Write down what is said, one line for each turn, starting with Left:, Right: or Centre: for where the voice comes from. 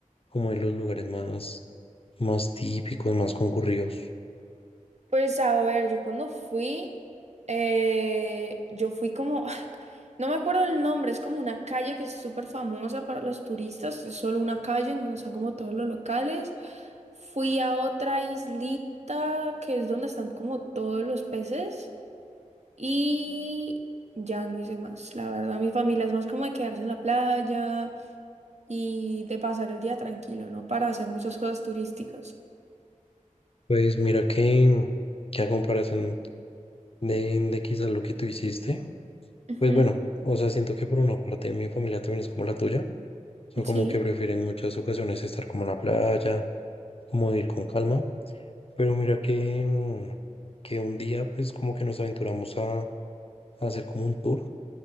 Left: como en los lugares más, más típicos, más concurridos.
Right: Pues a ver, yo cuando fui, eh, yo fui como, ah, no me acuerdo el nombre, es como una calle que es súper famosa para los turistas, es solo una calle en donde están como todos los locales. Fui a otra islita que es donde están como todos los peces y ya no hice más. La verdad, mi familia es más como de quedarse en la playa y de pasar el día tranquilo, ¿no? Para hacer muchas cosas turísticas.
Left: Pues mira que, que a comparación de, de quizás lo que tú hiciste,
Right: Ujú,
Left: pues bueno, o sea, siento que por una parte mi familia también es como la tuya son como
Right: Sí,
Left: que prefieren muchas ocasiones estar como en la playa, como ir con calma. Pero mira que, mm, que un día pues como que nos aventuramos a, a hacer como un tour